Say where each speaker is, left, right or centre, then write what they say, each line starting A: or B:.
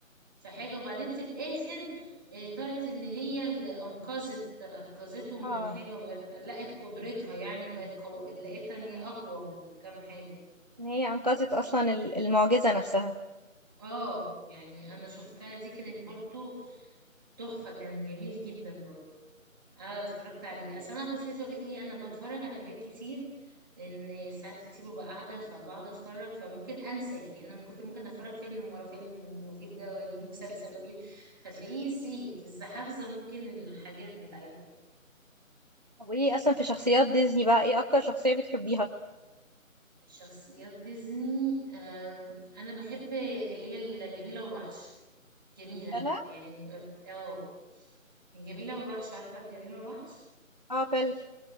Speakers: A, on the right (about 15°); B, on the right (about 30°).
A: في حاجه وبعدين في الاخر آه، طلعت ان هي اللي انقذت انقذتهم
B: اه
A: من حاجه وبقت لقت قدرتها يعني بقت قو... لقيتها ان هي اقوى من كام حاجه
B: ان هي انقذت اصلا ال- المعجزة نفسها
A: اه يعني انا شفتها دي كانت برضو تحفة كان جميل جدا برضه انا اتفرجت عليه اصل انا بص عايزه اقول لك ايه انا بتفرج على حاجات كتير لان ساعات كتير ببقى قاعده فبقعد اتفرج فممكن انسى يعني انا كنت ممكن اتفرج فيلم ورا فيلم واجيب ده واجيب مسلسل واجيب فتلاقيني نسيت بس حافظه ممكن الحاجات بتاعتها
B: طب ايه اصلا في شخصيات ديزني بقى ايه اكتر شخصية بتحبيها
A: شخصيات ديزني أم، انا بحب اللي هي الجميله والوحش جميله
B: بلا
A: يعني بيبقى في- اه الجميله والوحش عارفه الجميله والوحش
B: اه بل